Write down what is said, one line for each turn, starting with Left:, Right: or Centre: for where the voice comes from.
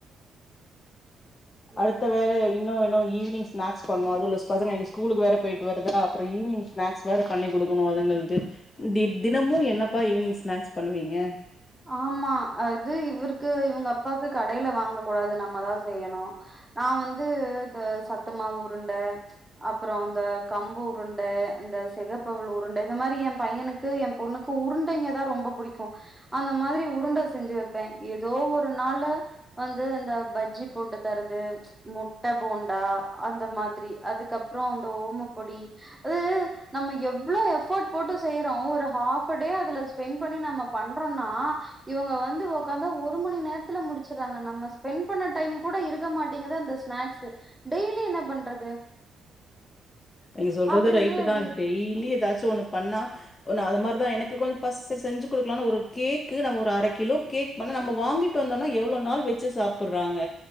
Centre: <inaudible>
Left: அடுத்த வேலைய் இன்னு இன்னு ஈவினிங் ஸ்னாக்ஸ் பண்ணு அதுல பசங்க நீங்க ஸ்கூல் வேற போயிட்டு வருதா அப்புற ஈவினிங் ஸ்நாக்ஸ் வேற பண்ணி குடுக்கணு அதுங்களுக்கு தி தினமும் என்னப்பா ஈவினிங் ஸ்நாக்ஸ் பண்ணுவீங்க
Centre: ஆமா அது இவருக்கு இவங்க அப்பாக்கு கடையில வாங்க கூடாது நம்மதா செய்யணு நா வந்து இந்த சத்துமாவு உருண்டை அப்புறோ இந்த கம்பு உருண்டை இந்த சிகப்பவுல் உருண்டை இந்த மாரி எ பையனுக்கு எ பொண்ணு க்கு உருண்டைங்கதா ரொம்ப புடிக்கு அந்த மாதிரி உருண்டை செஞ்சு வைப்பே ஏதோ ஒரு நாள் வந்து இந்த பஜ்ஜி போட்டு தரது முட்டை போண்டா அந்த மாதிரி அதுக்கு அப்புறோ அந்த ஓமோ பொடி <unintelligible> நம்ம எவ்ளோ எஃபர்ட் போட்டு செய்யறோ ஒரு ஹாப்படே அதுல ஸ்பெண்ட் பண்ணி நம்ம பண் றன்னா இவங்க வந்து ஒக்காந்து ஒரு மணி நேரத்துல முடிச்சறாங்க நம்ம ஸ்பெண்ட் பண்ண டைம் கூட இருக்க மாட்டேங்குது அந்த ஸ்நாக்ஸ்சு டெய்லி என்ன பண்றது
Left: நீங்க சொல்றது
Centre: அப்டின்னே
Left: ரைட்டுதா
Centre: இருக்கு
Left: டெய்லி ஏதாச்சு ஒண்ணு பண்ணா நா அது மாரி தா எனக்கு கொஞ்ச பஸ் சரி செஞ்சு குடுக்கலாம்னு ஒரு கேக்கு நம் ஒரு அரை கிலோ கேக் ஆனா நம்ம வாங்கிட்டு வந்தோனா எவ்வளோ நாள் வச்சு சாப்புறாங்க